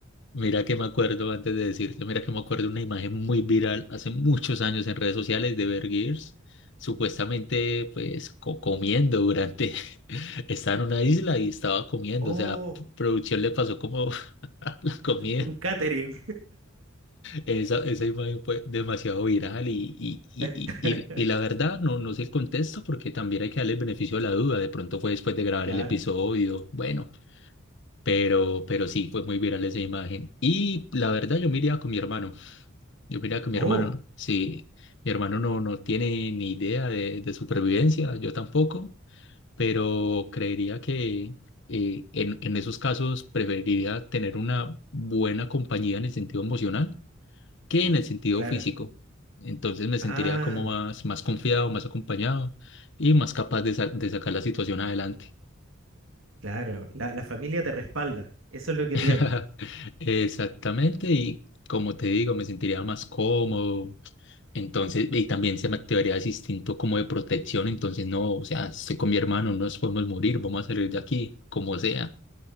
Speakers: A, on the left (about 60°); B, on the right (about 75°).
A: Mira que me acuerdo, antes de decirte, mira que me acuerdo una imagen muy viral hace muchos años en redes sociales de Bear Grylls, supuestamente pues co- comiendo durante, <laughs> estaba en una isla y estaba comiendo,
B: Oh,
A: o sea, p- producción le pasó como <laughs> la comida.
B: un catering.
A: Esa, esa imagen fue demasiado viral y, y, y,
B: <laughs>
A: y, y- y la verdad no, no sé el contexto porque también hay que darle el beneficio de la duda, de pronto fue después de grabar
B: Claro.
A: el episodio, bueno. Pero, pero sí, fue muy viral esa imagen. Y la verdad, yo me iría con mi hermano. Yo me iría con mi
B: Oh,
A: hermano. Sí, mi hermano no, no tiene ni idea de, de supervivencia, yo tampoco, pero creería que eh, en, en esos casos preferiría tener una buena compañía en el sentido emocional que en el sentido
B: claro.
A: físico. Entonces me sentiría
B: Ah,
A: como más, más confiado, más acompañado y más capaz de, sa- de sacar la situación adelante.
B: claro. La, la familia te respalda. Eso es lo que
A: <laughs>
B: tiene.
A: Exactamente, y como te digo, me sentiría más cómodo. Entonces, y también se me activaría ese instinto como de protección. Entonces, no, o sea, estoy con mi hermano, no nos podemos morir, vamos a salir de aquí, como sea.